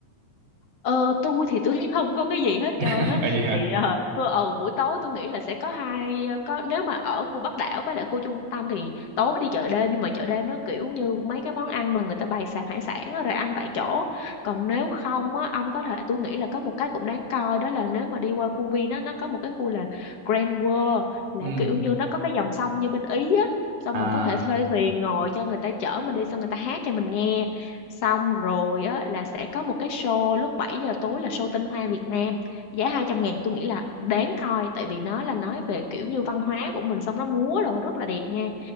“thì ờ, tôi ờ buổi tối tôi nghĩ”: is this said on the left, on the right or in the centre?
Left